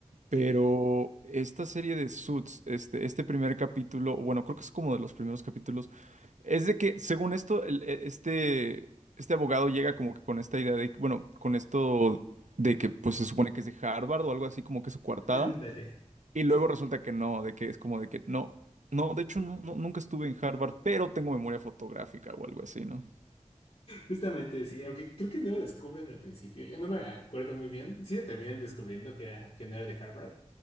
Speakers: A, on the left (about 55°); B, on the right (about 80°).
A: sí,
B: Pero esta serie de Suits, este, este primer capítulo, o bueno, creo que es como de los primeros capítulos, es de que, según esto, el- e- este, este abogado llega como que con esta idea de, bueno, con esto de que, pues, se supone que es de Harvard o algo así, como que su coartada.
A: ándale.
B: Y luego
A: Sí,
B: resulta que no, de que es como de que no, no, de hecho no, no- nunca estuve en Harvard, pero tengo memoria fotográfica o algo así, ¿no?
A: justamente sí, aunque creo que no lo descubren al principio, ya no me acuerdo muy bien. Sí lo terminan descubriendo que, era- que no era de Harvard,